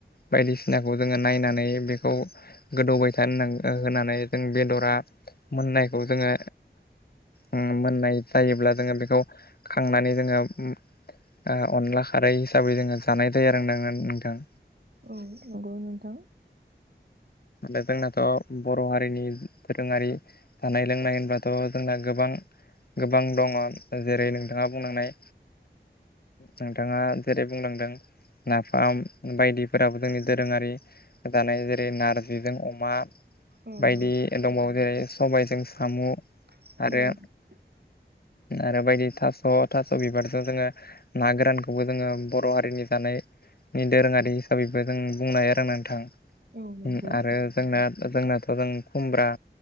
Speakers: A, on the left (about 55°); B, on the right (about 60°).
A: बायदिसिनाखौ जोङो नायनानै बे बेखौ गोदौबाय थानो हो ओ होनानै जों बेदरा मोननायखौ जोङो उम मोननाय जायोब्ला जोङो बेखौ खांनानै जोङो ओ ओ अनला खारै हिसाबै जोङो जानाय जायो आरो नोङो नोंथां।
B: औ नंगौ नोंथां।
A: माथो जोंनाथ' बर' हारिनि फोर दोरोङारि जानाय लोंनाय होनबाथ' जोंना गोबां गोबां दङ जेरै नोंथाङा बुंलांनाय नोंथाङा जेरै बुंलांदों नाफाम बायदिफोराबो जोंनि दोरोङारि जानाय जेरै नारजिजों अमा।
B: औ
A: बायदि
B: नंगौ
A: दंबावो जेरै सबायजों साम'।
B: औ।
A: आरो आरो बायदि थास' थास' बिबारजों जोङो ना गोरानखौबो जोङो बर' हारिनि जानायनि दोरोङारि हिसाबैबो जों बुंनो हायो आरो नोंथां। ओ
B: औ नंगौ
A: आरो जोंना जोंनाथ' जों खुमब्रा।